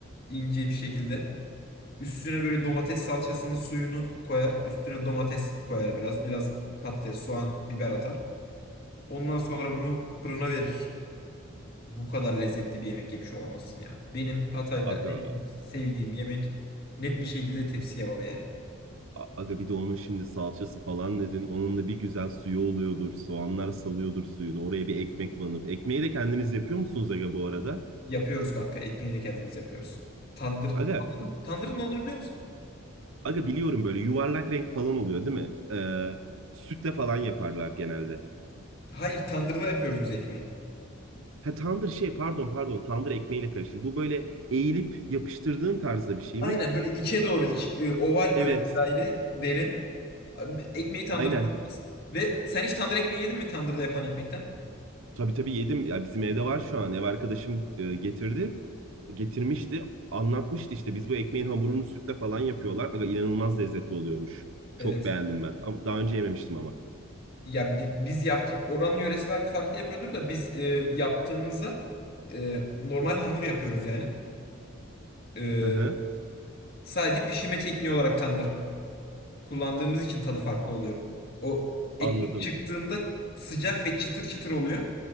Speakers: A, on the left; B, on the right.
A: ince bir şekilde. Üstüne böyle domates salçasının suyunu koyar. Üstüne domates koyar biraz. Biraz patates, soğan, biber atar. Ondan sonra bunu fırına verir. Bu kadar lezzetli bir yemek yemiş olamazsın ya. Benim Hatay'da
B: Aga
A: en çok sevdiğim yemek net bir şekilde tepsi kebabı yani.
B: A- Aga bir de onun şimdi salçası falan dedin. Onun da bir güzel suyu oluyordur. Soğanlar salıyordur suyunu. Oraya bir ekmek banıp. Ekmeği de kendiniz yapıyor musunuz aga bu arada?
A: Yapıyoruz kanka. Ekmeği de kendimiz yapıyoruz. Tandır. Tandırın,
B: Aga,
A: tandırın ne olduğunu biliyor musun?
B: aga biliyorum böyle yuvarlak renk falan oluyor değil mi? Ee, sütle falan yaparlar genelde.
A: Hayır, tandırda yapıyoruz biz ekmeği.
B: Ha tandır şey pardon pardon tandır ekmeğiyle karıştım. Bu böyle eğilip yapıştırdığın tarzda bir şey
A: Aynen
B: mi?
A: böyle içe doğru iç- e, oval
B: Evet
A: böyle bir daire derin. Abi, Ekmeği tandırda
B: aynen.
A: yaparız. Ve sen hiç tandır ekmeği yedin mi tandırda yapılan ekmekten?
B: Tabii tabii yedim. Ya bizim evde var şu an. Ev arkadaşım e, getirdi. getirmişti. Anlatmıştı işte biz bu ekmeğin hamurunu sütle falan yapıyorlar. Aga inanılmaz lezzetli oluyormuş. Çok
A: Evet.
B: beğendim ben. Ama Daha önce yememiştim ama.
A: Ya bi- biz yaptı oranın yöresi belki farklı yapıyordur da biz e, yaptığımızda e, normal hamur yapıyoruz yani. E,
B: Hı hı,
A: sadece pişirme tekniği olarak tandır kullandığımız için tadı farklı oluyor. O ekmek
B: anladım.
A: çıktığında sıcak ve çıtır çıtır oluyor.